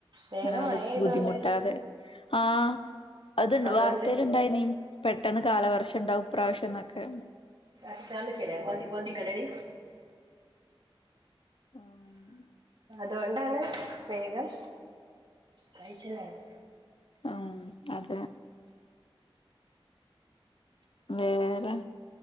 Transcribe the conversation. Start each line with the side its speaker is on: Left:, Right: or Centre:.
Right: വേഗം
Left: ഇങ്ങനാണ്ട്
Right: മഴ പെയ്തോണ്ട്
Left: ബുദ്ധിമുട്ടാതെ ആഹ് അത്
Right: അതുകൊണ്ട്
Left: വാർത്തേല്ണ്ടായിനിം. പെട്ടന്ന് കാലവർഷണ്ടാവും ഇപ്രാവശ്യന്നൊക്കെ
Right: തർക്കിക്കാൻ നിക്കല്ലേ <unintelligible> കളരി
Left: ഉം
Right: അതോണ്ടാണ് വേഗം കയ്ച്ചിലായത്
Left: ഉം അതെ വേറെ